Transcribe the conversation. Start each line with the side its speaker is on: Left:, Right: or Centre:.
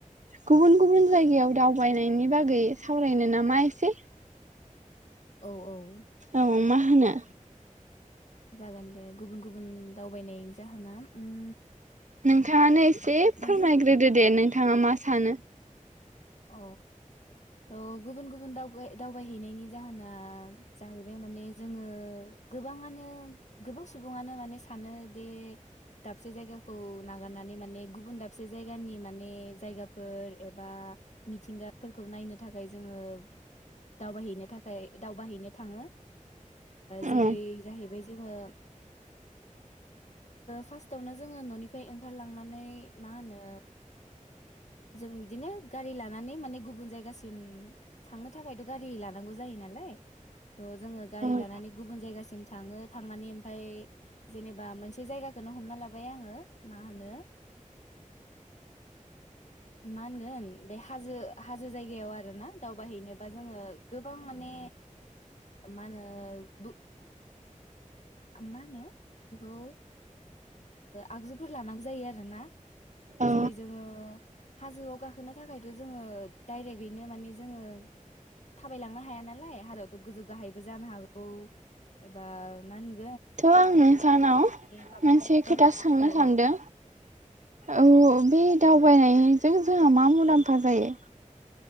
Right: गुबुन गुबुन जायगायाव दावबायनायनि बागै सावरायनो नामा एसे?
Left: औ औ
Right: औ मा होनो
Left: जागोन दे। गुबुन गुबुन दावबायनाय जाहोना उम
Right: नोंथाङानो एसे
Left: नोंथांनि
Right: फोरमायग्रोदो दे नोंथां। नोंथाङा मा सानो?
Left: औ औ गुबुन गुबुनाव दावबाय-दावबायहैनायनि जाहोना जाहैबाय माने जोङो गोबाङानो गोबां सुबुङानो माने सानो दि दाबसे जायगाखौ नागारनानै माने गुबुन दाबसे जायगानि माने जायगाफोर एबा मिथिंगाफोरखौ नायनो थाखाय जोङो दावबायहैनो थाखाय दावबायैनो थाङो
Right: औ
Left: जेरै जाहैबाय जोङो फार्स्टावनो जोङो न'निफ्राय ओंखारलांनानै मा होनो जों बिदिनो गारि लानानै माने गुबुन जायगासिम थांनो थाखायथ' गारि लानांगौ जायो नालाय थह जोङो गारि
Right: उम
Left: लानानै गुबुन जायगासिम थाङो थांनानै ओमफफ्राय जेनेबा मोनसे जायगाखौनो हमना लाबाय आङो मा होनो मा होनगोन बे हाजो हाजो जायगायाव आरो ना दावबायाहैनोबा जोङो गोबां माने मा होनो मा होनो बेखौ आगजुफोर लानांगौ जायो आरो ना
Right: औ
Left: जेरै जोङो हाजोआव गाखोना थ' जोङो डायरेक्यैनो माने जोङो थाबाय लांनो हाया नालाय हाजआवथ' गोजौ गाहायबो जानो हागौ एबा मा होन
Right: थ' आं नों सानाव
Left: माबानो
Right: मोनसे
Left: हागोन
Right: खोथा सोंनो
Left: औ
Right: सानदों
Left: औ
Right: औ बे दावबायनायजों जों मा मुलाम्फा जायो